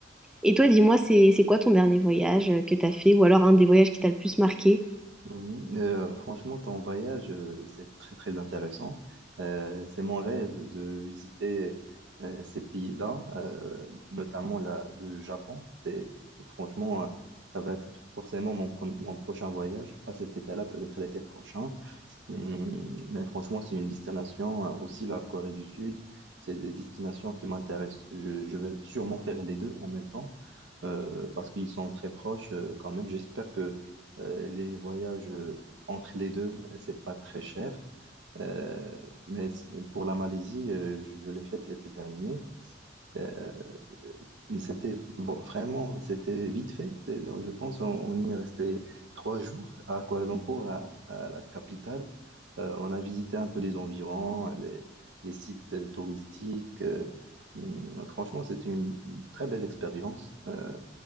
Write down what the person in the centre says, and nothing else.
Et toi, dis-moi, c'est c'est quoi ton dernier voyage euh, que t'as fait, ou alors un des voyages qui t'a le plus marqué?